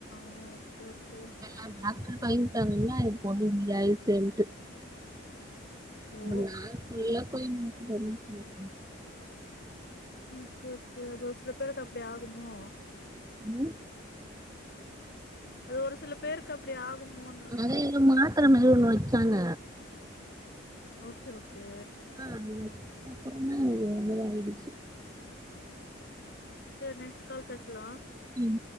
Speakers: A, on the left; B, on the right.
A: ஓ ஓகே ஓகே
B: அ டாக்டர் சொல்லிட்டாங்கல இதுக் ஒன்னு இல்ல இது செண்ட்டு
A: ஓ
B: நா சொல்ல போய் <unintelligible>
A: ஓகே ஓகே அது சில பேருக்கு அப்டி ஆகுமோ
B: ம்
A: அது ஒரு சில பேருக்கு அப்டி ஆகுமோனு
B: அத ஏதோ மாத்ர மாதிரி ஒன்னு வச்சாங்க
A: ஓகே ஓகே
B: ஆ அது வச்சதுகப்புறோ தா ஏதோ ஆயிடுச்சு
A: சோ நெஸ் கால் பேசலா
B: ம்